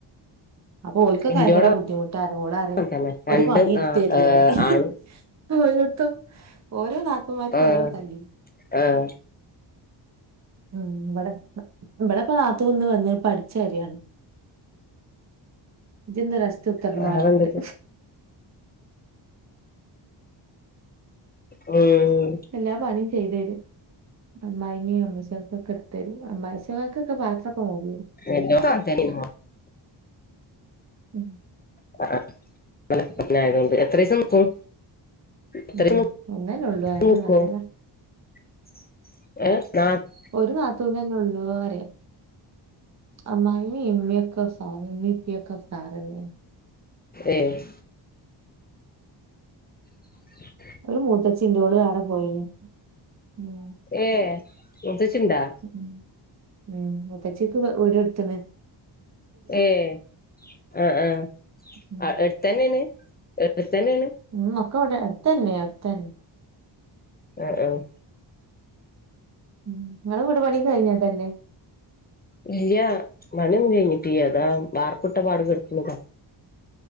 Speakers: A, on the right; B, on the left.
A: അപ്പൊ ഓൽക്കൊക്കെ
B: ഇൻ്റോടെ
A: ഭയങ്കര ബുദ്ധിമുട്ടാർഞ്ഞ് ഓളറിയും
B: അങ്ങൻ തന്നെ രണ്ട്
A: ഒരു പണി എടുത്തെരില്ലാറിയും
B: നാ ഏഹ് ആണും
A: <unintelligible> ഓരോ നാത്തൂമാർക്കും
B: ആഹ്
A: ഓരോ ഇതല്ലേ
B: ആഹ്
A: ഉം ഇവിടെ ഇവിടെപ്പം നാത്തൂൻ ഇന്ന് വന്ന് ഇപ്പം അടിച്ച് വാരാണ് ഇജിന്ന് റസ്റ്റ് കുത്തിർന്നോ
B: വേറെന്തൊക്കെ
A: പറഞ്ഞിട്ട്
B: ഉം
A: എല്ലാ പണിയും ചെയ്തെരും അമ്മായിമ്മയും അമ്മോശാക്കെക്കെട് ത്തെരും അമ്മോശാക്കൊക്കെ പാത്രക്കെ മോറിയെരും
B: എല്ലോട്ത്തും അങ്ങൻ തന്നേണ്
A: ഉം
B: <unintelligible> ആയത് കൊണ്ട് എത്രേസം നിക്കും എത്രീസം
A: ഉം അങ്ങനെള്ളൂ അതെന്നെ
B: നിക്കും
A: നല്ലതാ
B: <unintelligible>
A: ഒരു നാത്തൂൻ തന്നെ ഉള്ളൂ പറിയാ അമ്മായിമ്മി ഇമ്മീയെക്കെ <unintelligible> ഇമ്മിപ്പിക്കെ ഉസാറന്നെ
B: ഏഹ് ഉ
A: ഒരു മൂത്തച്ചിണ്ട് ഓള് വേറെ പോയിന് ഉം
B: ഏഹ് മൂത്തച്ചിണ്ടാ?
A: ഉം ഉം മൂത്തച്ചിക്ക് വ് വിടെടുത്ത്ണ്
B: ഏഹ് ആഹ് ആഹ്
A: ഉം
B: അ അടുത്തെന്നെയാണ് എട്ത്തെന്നെയാണ്
A: ഉം മക്ക ഇവടെ അടുത്തന്നെ അട്ത്തന്നെ
B: ആഹ് ആഹ്
A: ഉം ഇങ്ങളെ വീട് പണി കഴിഞ്ഞതല്ലെ?
B: ഇല്ലാ പണി ഒന്നും കഴിഞ്ഞിട്ടീല്ലാ ഇതാ ബാർപ്പിട്ട പാട് കെടക്കുണ്താ